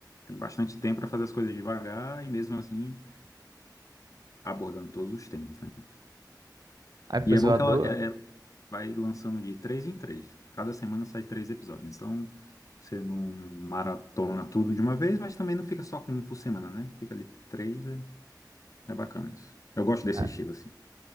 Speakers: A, on the left; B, on the right.
A: tem bastante tempo para fazer as coisas devagar e mesmo assim abordando todos os temas, né?
B: Ai, pois
A: E é bom
B: eu adoro,
A: que ela, é- é- vai lançando de três em três. Cada semana sai três episódios. Então você não maratona tudo de uma vez, mas também não fica só com um por semana, né? Fica ali três, é, é bacana isso. Eu gosto desse
B: é,
A: estilo assim.